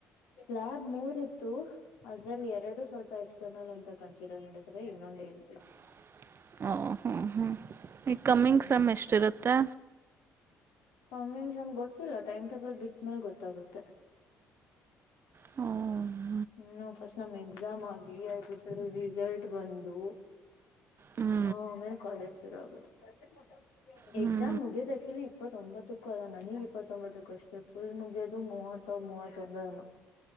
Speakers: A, on the left (about 85°); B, on the right (about 45°).
A: ಸ್ಲ್ಯಾಬ್ ಮೂರ್ ಇತ್ತು ಅದ್ರಲ್ಲಿ ಎರಡು ಸ್ವಲ್ಪ ಎಕ್ಸ್ಟರ್ನಲ್ ಅಂತ ಕನ್ಸಿಡರ್ ಮಾಡಿದಿದ್ದಾರೆ ಇನ್ನೊಂದು ಏನಿಲ್ಲ
B: <inaudible> ಹ್ಞೂ ಹ್ಞೂ ಈ ಕಮ್ಮಿಂಗ್
A: ಹ್ಮ್
B: ಸಮಮ್ ಎಷ್ಟ ಇರುತ್ತೆ
A: ಕಮ್ಮಿನ್ ಸಮಮ್ ಗೊತ್ತಿಲ್ಲ ಟೈಮ್ ಟೇಬಲ್ ಬಿಟ್ಟ್ಮೇಲ್ ಗೊತ್ತಾಗುತ್ತೆ
B: ಹ್ಮ
A: ಹ್ಮ ಫಸ್ಟ್ ನಮ್ ಎಕ್ಸಾಮ್ ಆಗಿ ಅ ರಿಸಲ್ಟ್ ಬಂದು
B: ಹ್ಞೂ
A: ಹ ಆಮೇಲೆ ಕಾಲೇಜ್ ಶುರು ಆಗುತ್ತ
B: ಹ್ಞೂ
A: ಎಕ್ಸಾಮ್ ಮುಗದ ಆಕ್ಲಿ ಇಪ್ಪತ್ತೊಂಬತ್ತು ಹಕ್ಕಲ್ಲ ನನಗ್ ಇಪ್ಪತ್ತೊಂಬತ್ತಕ್ಕಷ್ಟೆ ಫುಲ್ ಮುಗಿಯೋದು ಮೂವತ್ತ ಮೂವತ್ತೊಂದೇನು